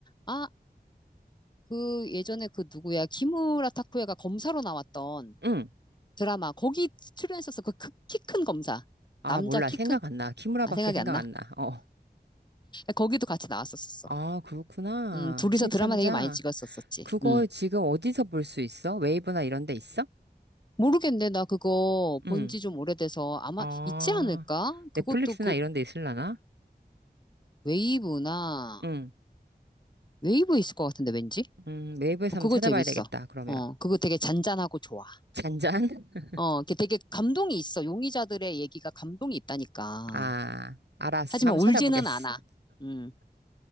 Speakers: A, on the left (about 25°); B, on the right (about 85°).
A: 아 그 예전에 그 누구야 키무라 타쿠야가 검사로 나왔던
B: 응.
A: 드라마 거기 출연했었어. 그 키 큰 검사
B: 아,
A: 남자
B: 몰라.
A: 키
B: 생각
A: 큰
B: 안 나. 키무라밖에
A: 아 생각이
B: 생각
A: 안 나.
B: 안 나. 어.
A: 거기도 같이 나왔었었어.
B: 아, 그렇구나.
A: 음 둘이서
B: 신참자.
A: 드라마 되게 많이 찍었었었지.
B: 그거
A: 음
B: 지금 어디서 볼 수 있어? 웨이브나 이런 데 있어?
A: 모르겠네 나 그거
B: 응.
A: 본지 좀 오래돼서 아마
B: 아,
A: 있지 않을까?
B: 넷플릭스나
A: 그것도 그
B: 이런 데 있으려나?
A: 웨이브나
B: 응.
A: 웨이브 있을 것 같은데 왠지
B: 음, 웨이브에서
A: 어,
B: 한번
A: 그거
B: 찾아봐야
A: 재밌어.
B: 되겠다. 그러면.
A: 어 그거 되게 잔잔하고 좋아.
B: 잔잔? <laughs>
A: 어, 이게 되게 감동이 있어. 용의자들의 얘기가 감동이 있다니까.
B: 아, 알았어.
A: 하지만
B: 한번
A: 울지는
B: 찾아보겠어.
A: 않아. 음,